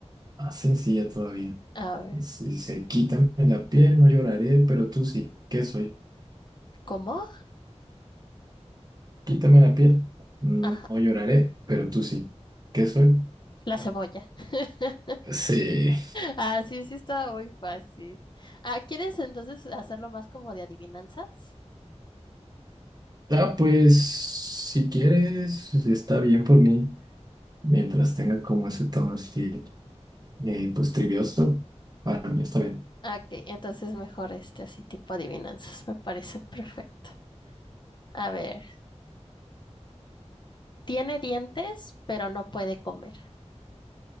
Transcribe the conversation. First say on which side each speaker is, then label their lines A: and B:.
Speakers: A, on the right; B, on the left.
A: más sencilla todavía.
B: A ver.
A: si dice, quítame la piel, no lloraré, pero tú sí. ¿Qué soy?
B: ¿Cómo?
A: Quítame la piel, mm,
B: Ajá,
A: no lloraré, pero tú sí. ¿Qué soy?
B: la cebolla. <laughs>
A: Sí.
B: Ah, sí, sí está muy fácil. Ah, ¿quieres entonces hacerlo más como de adivinanzas?
A: Ah, pues si quieres, está bien por mí. Mientras tenga como ese tono así, eh, pues trivioso, para mí está bien.
B: Ah, Ok, entonces mejor este así tipo adivinanzas, me parece perfecto. A ver, tiene dientes, pero no puede comer.